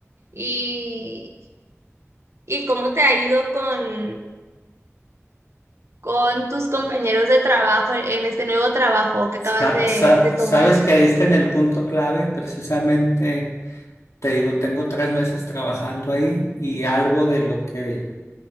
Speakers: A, on the right; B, on the left.
A: ¿Y, y cómo te ha ido con, con tus compañeros de trabajo en este nuevo trabajo que acabas
B: Sa-
A: de,
B: sa-
A: de tomar?
B: sabes que diste en el punto clave, precisamente, te digo, tengo tres meses trabajando ahí y algo de lo que